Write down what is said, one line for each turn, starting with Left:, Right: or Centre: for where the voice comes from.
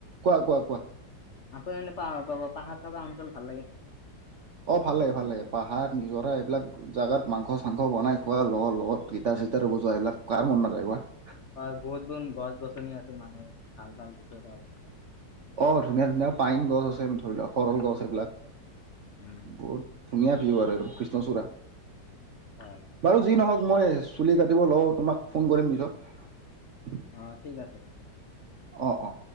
Right: কোৱা-কোৱা- কোৱা?
Left: আকৌ এনে পাহাৰ পাব, পাহাৰ থকা অঞ্চল ভাল লাগে
Right: অ' ভাল লাগে,
Left: ভ্ৰমণ
Right: ভাল লাগে,
Left: কৰি
Right: পাহাৰ নিজৰা এইবিলাক জাগাত মাংস মাংস বনাই খোৱা লগৰ লগত, গিটাৰ-চিটাৰ বজোৱা, এইবিলাক কাৰ মন নাযায় কোৱা।
Left: হয় বহুত বুন গছ গছনি আছে মানে, ভাল ভাল দিচ্ছ চাব পাৰি।
Right: অ' ধুনীয়া-ধুনীয়া পাইন গছ আছে, ধৰি লোৱা সৰল গছ এইবিলাক।
Left: উম
Right: বহুত ধুনীয়া
Left: হয়
Right: ভিউ আৰু <unintelligible> কৃষ্ণচূড়া।
Left: হয়
Right: বাৰু যি নহওক মই চুলি কাটিব লওঁ, তোমাক ফোন কৰিম পিছত।
Left: অ' ঠিক আছে।
Right: অ'-অ'।